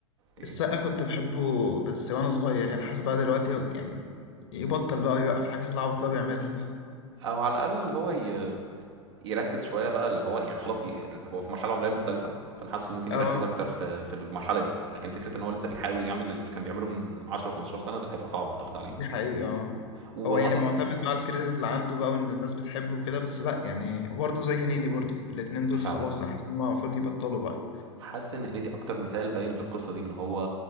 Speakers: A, on the right; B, on the left.
A: اوكي
B: السقا كنت بحبه بس وانا صغير يعني حاسس بقى دلوقتي يعني يبطل بقى يوقف الحاجات العبط اللي هو بيعملها دي
A: او على الاقل هو ي... يركز شويه بقى اللي هو يعني خلاص ي... هو في مرحله عمريه مختلفه فانا حاسه ممكن
B: اه
A: يركز اكتر في في المرحله دي لكن فكره ان هو لسه بيحاول يعمل اللي كان بيعمله من من 10 15 سنه ده هيبقى صعب اعتقد عليه
B: دي حقيقة اه
A: والله
B: هو يعني معتمد بقى على الكريدت اللي عنده بقى وان الناس بتحبه وكده بس لا يعني برضه زي هنيدي برضه الاتنين دول
A: فعلا
B: خلاص انا حاسس ان هم المفروض يبطلوا بقى
A: حاسس ان هنيدي اكتر مثال باين للقصه دي ان هو